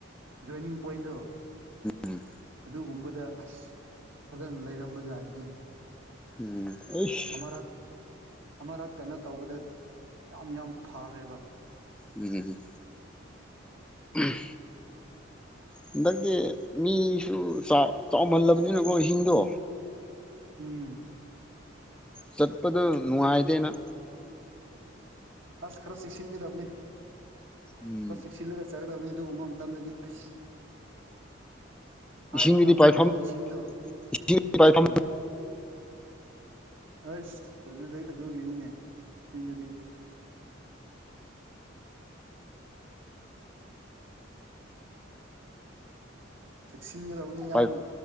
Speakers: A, on the right; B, in the centre.
A: ꯖꯣꯏꯅꯤꯡ ꯄꯣꯏꯟꯗꯣ
B: ꯎꯝ
A: ꯑꯗꯨꯒꯨꯝꯕꯗ ꯑꯁ ꯐꯖꯅ ꯂꯩꯔꯝꯕꯖꯥꯠꯅꯤ
B: ꯎꯝ ꯑꯩꯁ
A: ꯑꯃꯔꯛ ꯑꯃꯔꯛ ꯀꯩꯅꯣ ꯇꯧꯕꯗ ꯌꯥꯝ ꯌꯥꯝ ꯐꯈ꯭ꯔꯦꯕ
B: ꯎꯝ ꯎꯝ ꯍꯟꯗꯛꯇꯤ ꯃꯤꯁꯨ ꯆꯥꯎ ꯆꯥꯎꯃꯜꯂꯕꯅꯤꯅꯀꯣ ꯏꯁꯤꯡꯗꯣ
A: ꯎꯝ
B: ꯆꯠꯄꯗ ꯅꯨꯡꯉꯥꯏꯗꯦꯅ
A: ꯑꯁ ꯈꯔ ꯆꯦꯛꯁꯤꯟꯒꯗꯕꯅꯤ
B: ꯎꯝ
A: ꯈꯔ ꯆꯦꯛꯁꯤꯜꯂꯒ ꯆꯠꯒꯗꯕꯅꯤ ꯑꯗꯨꯒꯨꯕ ꯃꯇꯝꯗꯗꯤ ꯑꯁ ꯍꯥꯏꯕ
B: ꯏꯁꯤꯡꯒꯤꯗꯤ
A: ꯉꯝꯗꯦꯕꯀꯣ
B: ꯄꯥꯏꯐꯝ
A: ꯏꯁꯤꯡꯗꯣ
B: ꯏꯁꯤꯡꯒꯤ ꯄꯥꯏꯐꯝ
A: ꯎꯝ ꯑꯁ ꯑꯗꯨꯗꯩ ꯑꯗꯨꯒꯤꯅꯤꯅꯦ ꯁꯤꯡꯗꯨꯗꯤ ꯆꯦꯛꯁꯤꯟꯒꯗꯕꯅꯤ ꯌꯥꯝꯅ
B: ꯄꯥꯏ